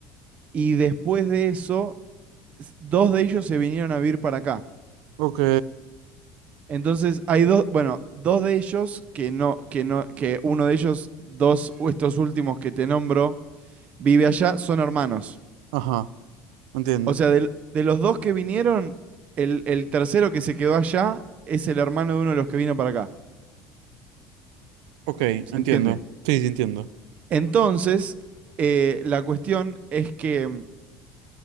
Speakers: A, on the right (about 40°); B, on the right (about 85°).
A: y después de eso, dos de ellos se vinieron a vivir para acá.
B: ok.
A: Entonces hay dos, bueno, dos de ellos que no, que no, que uno de ellos, dos, estos últimos que te nombro, vive allá, son hermanos.
B: Ajá, entiendo.
A: O sea, del- de, los dos que vinieron, el, el tercero que se quedó allá es el hermano de uno de los que vino para acá.
B: Ok,
A: ¿Se
B: entiendo.
A: entiende?
B: Sí, sí, entiendo.
A: Entonces, eh, la cuestión es que mm,